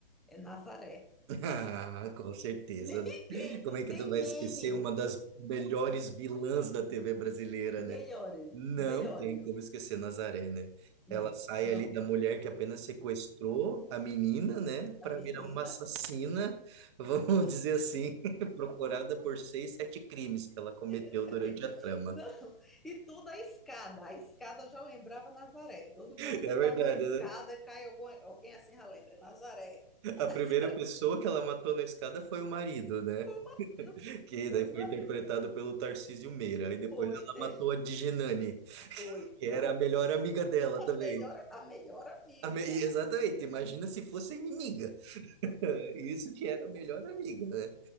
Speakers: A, in the centre; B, on the right (about 30°).
A: é Nazaré.
B: Ah, com certeza,
A: <laughs> Ninguém.
B: né? Como é que
A: Tem
B: tu vai esquecer
A: meme.
B: uma das melhores vilãs da TV brasileira,
A: Melhores,
B: né? Não
A: melhores.
B: tem como esquecer Nazaré, né?
A: Não,
B: Ela sai
A: não.
B: ali da mulher que apenas sequestrou a menina, né?
A: A
B: Para
A: menina.
B: virar uma assassina, <laughs> vamos
A: E
B: dizer assim, <laughs> procurada por seis, sete crimes que ela cometeu
A: <laughs>
B: durante a trama.
A: Não, e tudo a escada. A escada já lembrava Nazaré. Todo
B: É
A: mundo que está
B: verdade,
A: numa escada
B: né?
A: cai alguma, alguém assim já lembra. é Nazaré. A
B: A primeira
A: <laughs>
B: pessoa que ela matou na escada foi o marido, né?
A: nascido
B: Que
A: foi
B: daí foi
A: o marido.
B: interpretado pelo Tarcísio Meira. Aí depois
A: Foi,
B: ela
A: deix-
B: matou a Digenani,
A: foi.
B: Que era
A: Coitada,
B: a melhor amiga dela
A: a
B: também.
A: melhor, a melhor amiga.
B: A me- Exatamente, imagina se fosse a inimiga. <laughs> Isso que era a melhor amiga, né?